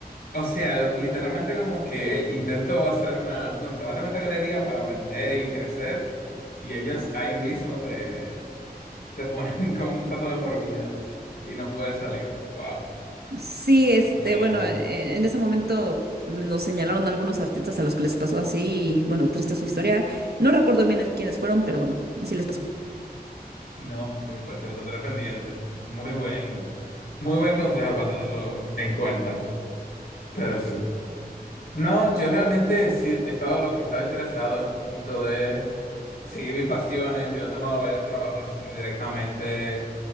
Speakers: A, on the left (about 80°); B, on the right (about 80°).
A: O sea, literalmente como que intento hacer una, un contrato con esta galería para vender y crecer y ellos ahí mismo te, te ponen <laughs> como un contrato de por vida y no puedes salir. Wow,
B: Sí, este,
A: muy,
B: bueno, eh, en ese momento nos señalaron algunos artistas a los que les pasó así y bueno, triste su historia. No recuerdo bien quiénes fueron, pero bueno, así les pasó.
A: no, muy fuerte, lo tendré pendiente. Muy buen, muy buen consejo para tenerlo en cuenta, pero sí. No, yo realmente sí estaba lo que estaba interesado es un poquito de seguir mis pasiones. Yo he tomado varios trabajos así directamente